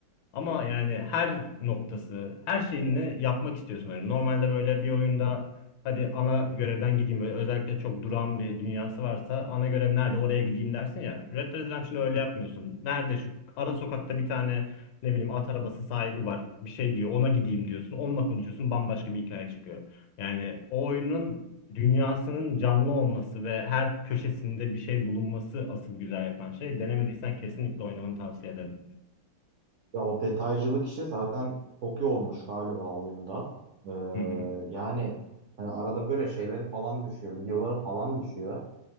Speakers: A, on the left (about 80°); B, on the right (about 65°).
A: Ama yani her noktası, her şeyini yapmak istiyorsun. Yani normalde böyle bir oyunda hadi ana görevden gideyim böyle özellikle çok duran bir dünyası varsa ana görev nerede oraya gideyim dersin ya. Red Dead Redemption'da öyle yapmıyorsun. Nerede şu ara sokakta bir tane ne bileyim at arabası sahibi var. Bir şey diyor ona gideyim diyorsun. Onunla konuşuyorsun bambaşka bir hikaye çıkıyor. Yani o oyunun dünyasının canlı olması ve her köşesinde bir şey bulunması asıl güzel yapan şey. Denemediysen kesinlikle oynamanı tavsiye ederim.
B: Ya o detaycılık işi zaten çok iyi olmuş galiba oyunda. Ee,
A: Hı hı.
B: yani hani arada böyle şeyleri falan düşüyor, videoları falan düşüyor.